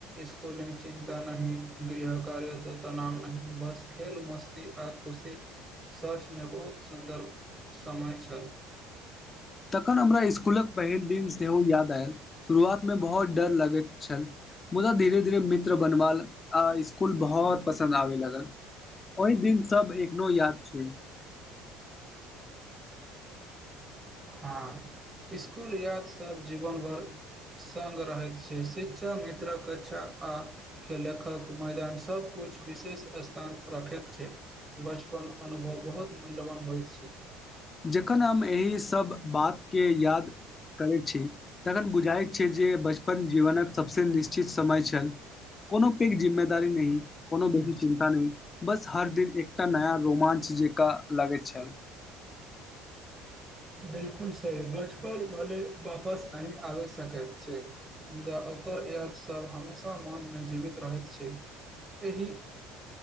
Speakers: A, on the right (about 20°); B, on the left (about 25°).
A: स्कुलिक चिन्ता नहीं गृह कार्य त तनाव नहि बस खेल मस्ती आ खुशी सचमे बहुत सुन्दर समय छल
B: तखन हमरा स्कूलक पहिल दिन सेहो याद आयल शुरुआत मे बहुत डर लगैत छल मुदा धीरे धीर मित्र बनबाल आ स्कूल बहुत पसन्द आवे लागल ओहि दिन सभ एखनो याद छै
A: हँ स्कूल याद सब जीवन भर संग रहैत छै शिक्षा मित्रक कक्षा आ के लेखक मैदान सबकुछ कुछ विशेष स्थान रखैत छै बचपन अनुभव बहुत मूल्यवान होइत छै
B: जखन हम एहि सभ बातके याद करैत छी तखन बुझाइत छै जे बचपन जीवनक सभसँ निश्चित समय छल कोनो पैघ जिम्मेदारी नहि कोनो बेसी चिन्ता नहि बस हर दिन एकटा नया रोमांच जेका लगैत छल <inaudible>
A: बिलकुल सही बचपन भलै वापस नहि आ सकैत छै मूदा ओकर याद सभ हमेशा मनमे जीवित रहैत छै एहि